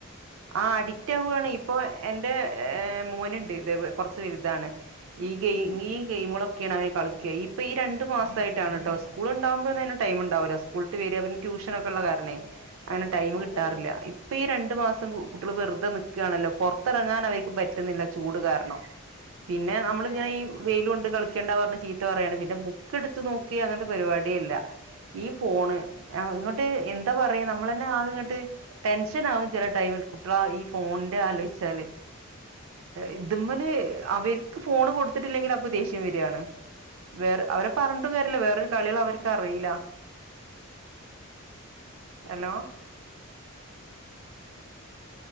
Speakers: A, on the right; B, on the left.
A: ആ അഡിക്റ്റ് ആവുവാണ് ഇപ്പോ എന്റെ മോനുണ്ട് ഇതേപോ കുറച്ച് വലുതാണ്. ഈ ഗെയിം
B: ആ
A: ഈ ഗെയിമുകളും ക്കെയാണ് അവന് കളിക്കാ ഇപ്പോ ഈ രണ്ട് മാസമാസായിട്ടാണ് കേട്ടോ സ്കൂളുണ്ടാവുമ്പോൾ അതിന് ടൈമിണ്ടാവൂല സ്കൂളിട്ട് വരെ പിന്നെ ട്യൂഷ നൊക്കെയുള്ള കാരണമേ
B: അതെ
A: അങ്ങനെ ടൈം
B: അതെ
A: കിട്ടാറില്ല
B: അതെ
A: ഇപ്പോ ഈ ര ണ്ട് മാസം കുട്ടികള് വെറുതെ നിക്കാണല്ലോ പൊറത്തിറങ്ങാൻ അവരിക്ക് പറ്റുന്നില്ല ചൂട് കാരണം. പിന്നെ നമ്മള്
B: അതെ
A: ഇങ്ങനെ ഈ വെയില് കൊണ്ട് കളിക്കണ്ടാ പറഞ്ഞ് ചീത്ത പറയാണ് പിന്നെ ബുക്ക് എടുത്ത് നോക്കേ അങ്ങനത്തെ പരിപാടിയേ ഇല്ല, ഈ ഫോണ് ഇങ്ങോട്ട് എന്താ പറയാ നമ്മളന്നെ ആകെയങ്ങോട്ട് ടെൻഷനാവും ചില <unintelligible> കുട്ടികള് ഈ ഫോണിന്റെ ആലോചിച്ചാല് ഇതുമേല് അവർക്ക് ഫോൺ കൊടുത്തിട്ടില്ലെങ്കിൽ അപ്പോ ദേഷ്യം വരുവാണ് വേറെ അവരെ പറഞ്ഞിട്ടും കാര്യല്ലാ വേറൊരു കളികള് അവർക്കറിയില്ല, ഹലോ